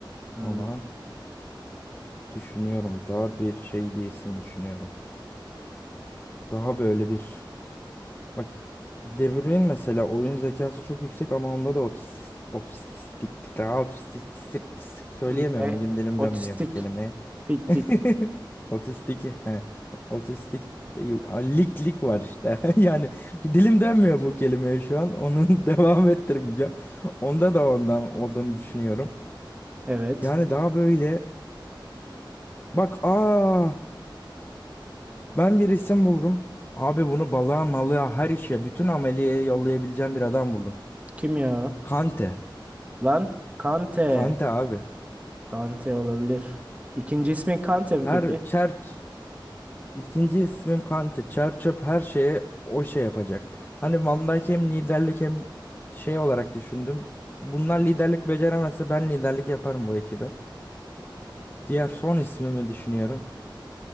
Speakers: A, on the right; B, on the left.
A: Hmm.
B: Ama düşünüyorum. Daha bir şey bir isim düşünüyorum. Daha böyle bir bak De Bruyne mesela oyun zekası çok yüksek ama onda da otis- otistiklik daha otistik sirk- sirk- söyleyemiyorum.
A: Ne?
B: Bugün dilim dönmüyor
A: Otistik.
B: bu kelimeye.
A: Tik
B: <laughs>
A: tik tik.
B: Otistik he. Otistik değil. Aa, lik lik var işte. <laughs> Yani dilim dönmüyor bu kelimeye şu an. Onun <laughs> devam ettirmeyeceğim. Onda da ondan olduğunu düşünüyorum.
A: Evet.
B: Yani daha böyle bak aa Ben bir isim buldum. Abi bunu balığa malığa her işe bütün ameliyeye yollayabileceğim bir adam buldum.
A: Kim ya? o?
B: Kante.
A: Lan Kante.
B: Kante abi.
A: Kante olabilir. İkinci ismin Kante mi
B: Her
A: peki?
B: çer ikinci ismim Kante. Çer çöp her şeye o şey yapacak. Hani Van Dijk hem liderlik hem şey olarak düşündüm. Bunlar liderlik beceremezse ben liderlik yaparım bu ekibe. Diğer son ismimi düşünüyorum.